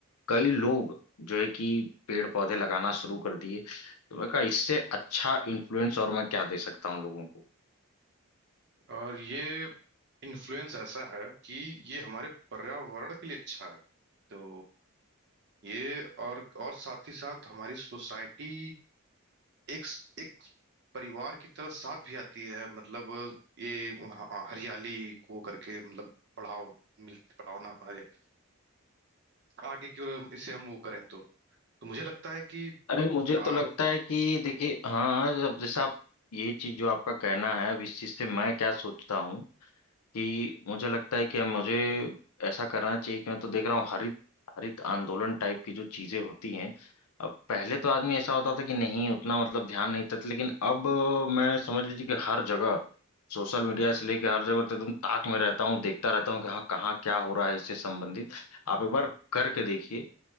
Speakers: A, on the left; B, on the right.
A: कई लोग जो है कि पेड़ पौधे लगाना शुरू कर दिए तो मैं कहा इससे अच्छा इन्फ्लुएंस और मैं क्या दे सकता हूँ लोगों को
B: और ये इन्फ्लुएंस ऐसा है कि ये हमारे पर्यावरण के लिए अच्छा है तो ये और और साथ ही साथ हमारी सोसाइटी एक एक परिवार की तरह साथ भी आती है मतलब ये ह- हरियाली को करके मतलब बढ़ाव मिल बढ़ावा ना हमारे आगे की ओर इसे हम वो करें तो तो मुझे लगता है कि
A: अरे मुझे तो
B: आ,
A: लगता है कि देखिए हाँ अब जैसे आप ये चीज जो आपका कहना है अब इस चीज से मैं क्या सोचता हूँ कि मुझे लगता है कि मुझे ऐसा करना चाहिए कि मैं तो देख रहा हूँ हरित हरित आंदोलन टाइप की जो चीजें होती हैं अब पहले तो आदमी ऐसा होता था कि नहीं उतना मतलब ध्यान नहीं देता था, लेकिन अब मैं समझ लीजिए कि हर जगह सोशल मीडिया से लेकर हर जगह तो एकदम ताक में रहता हूँ देखता रहता हूँ कि हाँ कहाँ क्या हो रहा है इससे संबंधित आप एक बार करके देखिए